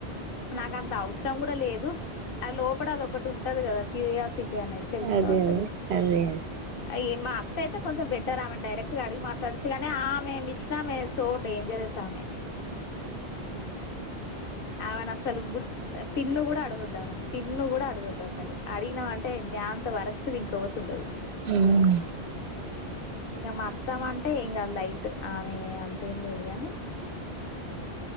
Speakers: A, on the left; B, on the right.
A: నాకు అంత అవసరం కూడా లేదు అ లో అప్పుడ అది ఒకటి ఉంటది కదా క సిటీ అనేది తెలుసుకోవాలి
B: అదే
A: తెలుసుకోవాలి
B: అదే అదే
A: అయ్య మా అట్టయితే కొంచెం బెటర్ ఆమె డైరెక్ట్ గా అడిగి మాట్లాడిస్తే గాని ఆమె మిష్టమే సో డేంజరస్ ఆమె ఆమెనసలు గు పిన్ను కూడా అడుగొద్దామని పి ఇన్ను కూడా అడుగొద్దా సలు అడిగినావంటే న అంతా వరస్ట్ తువింక్ అవుతుండదు
B: మ్మ్
A: ఇంగ మత్తం అంటే ఇంకా లైట్ ఆమె అంతేం లేదు గాని